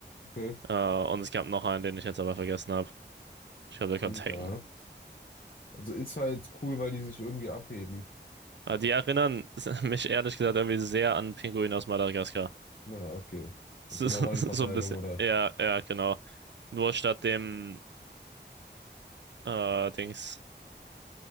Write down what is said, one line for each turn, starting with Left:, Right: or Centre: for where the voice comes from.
Left: okay.
Right: Äh, und es gab noch einen, den ich jetzt aber vergessen habe. Ich glaube, der konnte
Left: Hm,
Right: hacken.
Left: ja. Also ist halt cool, weil die sich irgendwie abheben.
Right: Aber die erinnern <laughs> mich ehrlich gesagt irgendwie sehr an Pinguin aus Madagaskar. <laughs>
Left: Na, okay.
Right: So,
Left: Also Von
Right: so
Left: der Rollenverteilung
Right: so ein bisschen.
Left: oder
Right: Ja, ja, genau. Nur statt dem äh, Dings,